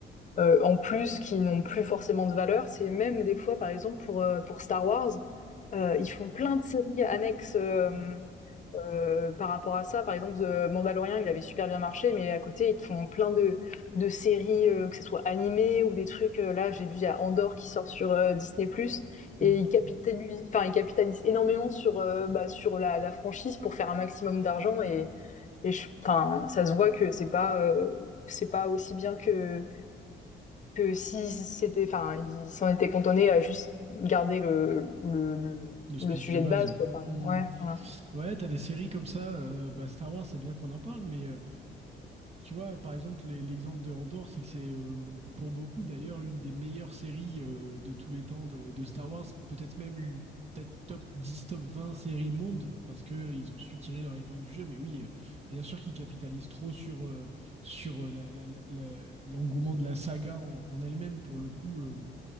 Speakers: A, on the left; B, on the right.
A: euh, en plus qui n'ont plus forcément de valeur. C'est même des fois, par exemple, pour, euh, pour Star Wars, euh,
B: Ouais,
A: ils font plein de séries annexes euh,
B: ouais.
A: euh, par rapport à ça. Par exemple, The Mandalorian, il avait super bien marché, mais à côté, ils te font plein de, de séries, euh, que ce soit animées ou des trucs. euh, là, j'ai vu il y a Andorre qui sort sur euh, Disney+, plus,
B: Hmm.
A: et ils capitalisent, enfin, ils capitalisent énormément sur, euh, bah, sur la, la franchise pour faire un maximum d'argent et, et je, enfin, ça se voit que c'est pas, euh, c'est pas aussi bien que que si c'était, enfin, ils s'en étaient cantonnés à juste garder le, le, le,
B: Le speech
A: le sujet
B: de base.
A: de base, quoi. Enfin,
B: Hmm.
A: ouais, ouais.
B: Ouais, t'as des séries comme ça, euh, bah, Star Wars, c'est bien qu'on en parle, mais euh, Tu vois, par exemple, les- l'exemple de Andor, c'est que c'est euh, pour beaucoup d'ailleurs l'une des meilleures séries euh, de tous les temps de, de Star Wars, peut-être même l- peut-être top 10, top 20 séries monde, parce que ils ont su tirer leur épingle du jeu. Mais oui, euh, bien sûr qu'ils capitalisent trop sur, euh, sur euh, la- la- la- la- l'engouement de la saga en, en elle-même, pour le coup. euh,